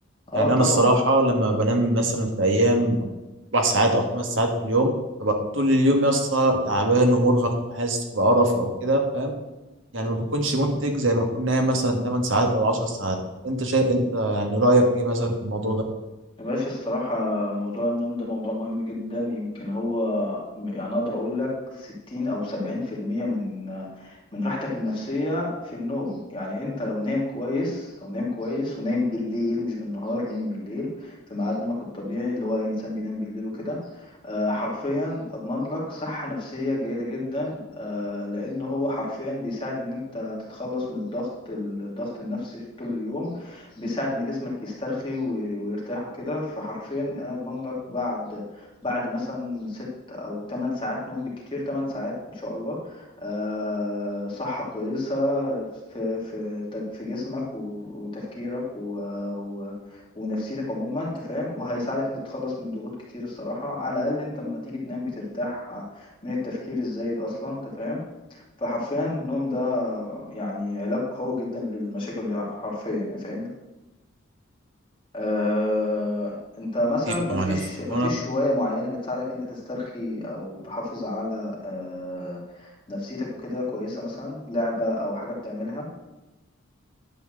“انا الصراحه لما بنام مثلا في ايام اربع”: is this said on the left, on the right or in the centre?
Right